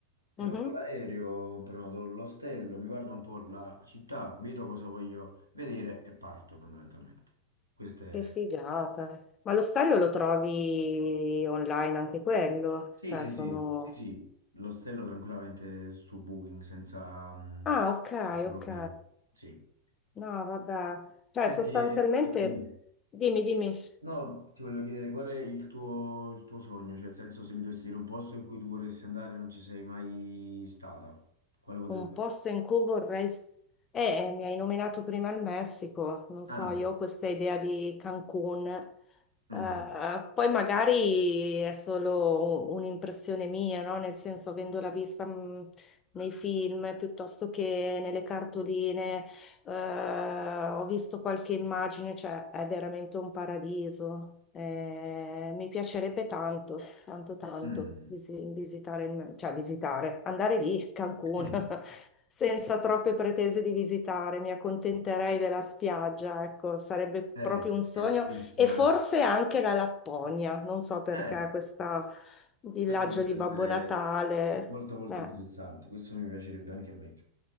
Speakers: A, on the right; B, on the left.
A: Prenoto
B: Mhm.
A: l'aereo, prenoto l'ostello, mi guardo un po' la città, vedo cosa voglio vedere e parto fondamentalmente. Questo è...
B: Che figata. Ma lo stadio lo trovi online anche quello?
A: Sì,
B: Cioè,
A: sì,
B: sono-
A: sì, sì, sì, l'ostello tranquillamente su Booking senza, mm,
B: Ah, ok,
A: senza problemi.
B: ok.
A: Sì.
B: No, vabbè. Cioè,
A: Senti,
B: sostanzialmente,
A: eh, dimmi. dimmi.
B: dimmi, dimmi.
A: No, ti volevo chiedere qual è il tuo, il tuo sogno, cioè nel senso se mi dovessi dire un posto in cui tu vorresti andare e non ci sei mai stata, quale potrebbe
B: Un posto
A: essere?
B: in cui vorrei... s- Eh, eh, mi hai nominato prima il Messico, non
A: Ah,
B: so, io ho questa idea di Cancun.
A: mm,
B: Eh, poi magari è solo u- un'impressione mia, no? Nel senso, avendola vista mh, nei film piuttosto che nelle cartoline, eh, ho visto qualche immagine, cioè è veramente un paradiso. Eh, mi piacerebbe tanto tanto tanto
A: mm.
B: visi- visitare, il me- cioè visitare, andare lì, Cancun,
A: <laughs>
B: <laughs> senza troppe pretese di visitare, mi accontenterei della spiaggia, ecco, sarebbe proprio
A: Eh,
B: un sogno
A: è bellissima.
B: e forse anche la Lapponia, non so perché
A: Eh, Eh,
B: questo villaggio
A: questo potrebbe
B: di Babbo
A: essere
B: Natale,
A: molto molto
B: eh,
A: interessante, questo mi piacerebbe anche a me.